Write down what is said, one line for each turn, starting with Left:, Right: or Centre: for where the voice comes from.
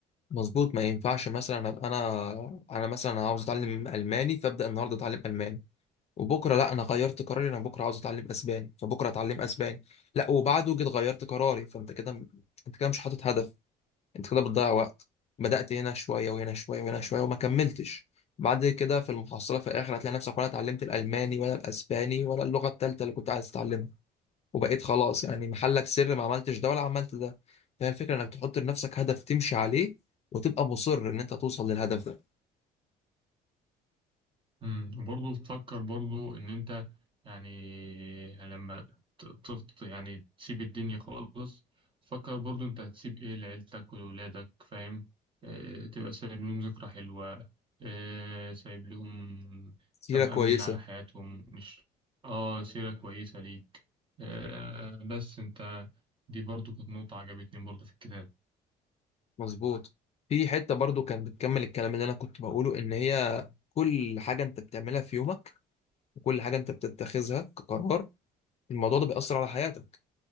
Left: مظبوط ما ينفعش مثلا ابقى انا انا مثلا عاوز اتعلم الماني فابدا النهارده اتعلم الماني وبكره لا انا غيرت قراري انا بكره عاوز اتعلم اسباني فبكره اتعلم اسباني لا وبعده جيت غيرت قراري فانت كده انت كده مش حاطط هدف انت كده بتضيع وقت بدأت هنا شويه وهنا شويه وهنا شويه وما كملتش بعد كده في المحصله في الاخر هتلاقي نفسك ولا اتعلمت الالماني ولا الاسباني ولا اللغه الثالثه اللي كنت عايز تتعلمها وبقيت خلاص يعني محلك سر ما عملتش ده ولا عملت ده فهي الفكره انك تحط لنفسك هدف تمشي عليه وتبقى مصر ان انت توصل للهدف ده
Right: امم وبرضه تفكر برضه ان انت يعني لما ت- ت- يعني تسيب الدنيا خالص فكر برضه انت هتسيب ايه لعيلتك ولولادك فاهم اه تبقى سايب لهم ذكرى حلوة اه سايب لهم
Left: سيره
Right: انت مأمن
Left: كويسه
Right: على حياتهم مش اه سيرة كويسة ليك اه بس انت دي برضه كانت نقطة عجبتني برضه في الكتاب
Left: مظبوط في حتة برضو كانت بتكمل الكلام اللي أنا كنت بقوله إن هي كل حاجة أنت بتعملها في يومك وكل حاجة أنت بتتخذها كقرار الموضوع ده بيأثر على حياتك